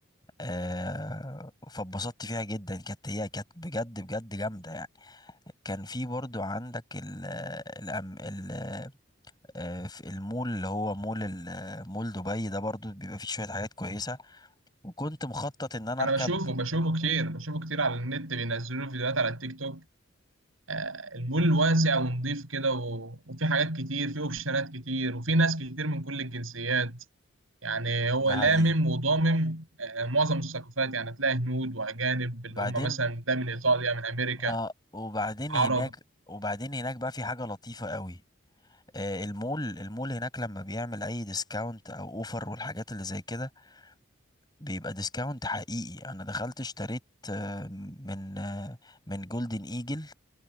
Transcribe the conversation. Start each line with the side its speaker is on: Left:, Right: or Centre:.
Left: آه فاتبسطت فيها جدا كانت هي كانت بجد بجد جامده يعني كان في برضو عندك ال الأم ال آه، في المول اللي هو مول ال- مول دبي ده برضو بيبقى فيه شويه حاجات كويسه وكنت مخطط ان انا
Right: انا
Left: اركب
Right: بشوفه بشوفه كتير بشوفه كتير على النت بينزلوا له فيديوهات على التيك توك آه، المول واسع ونضيف كده و... وفي حاجات كتير في اوبشنات كتير وفي ناس كتير من كل الجنسيات يعني هو
Left: ده
Right: لامم
Left: حقيقي
Right: وضامم آه، معظم الثقافات يعني تلاقي هنود واجانب اللي
Left: بعدين
Right: هم مثلا ده من ايطاليا من امريكا
Left: اه وبعدين
Right: عرب
Left: هناك وبعدين هناك بقى في حاجة لطيفة قوي آه، المول المول هناك لما بيعمل اي ديسكاونت او اوفر والحاجات اللي زي كده بيبقى ديسكاونت حقيقي انا دخلت اشتريت آه، من آه، من جولدن ايجل